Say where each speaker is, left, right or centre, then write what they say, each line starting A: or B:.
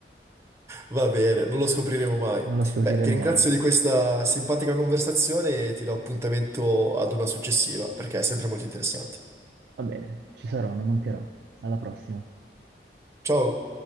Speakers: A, on the right; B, on the right.
A: Va bene, non lo scopriremo mai.
B: Non lo scopriremo
A: Beh, ti ringrazio
B: mai.
A: di questa simpatica conversazione e ti do appuntamento ad una successiva perché è sempre molto interessante.
B: Va bene, ci sarò, non mancherò. Alla prossima.
A: Ciao!